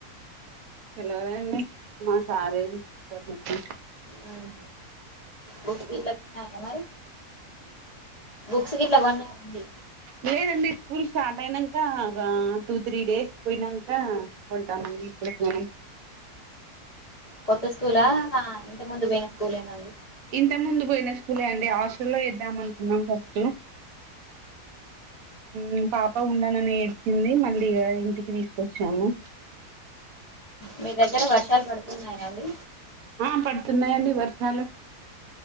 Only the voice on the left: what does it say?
ఉమ్ బుక్స్ గిట్ల కొన్నారా మరి బుక్స్ గిట్ల కొన్నరండి
కొత్త స్కూలా ఆ ఇంత ముందు పోయిన స్కూలేనాండి
మీ దగ్గర వర్షాలు పడుతున్నాయా అండి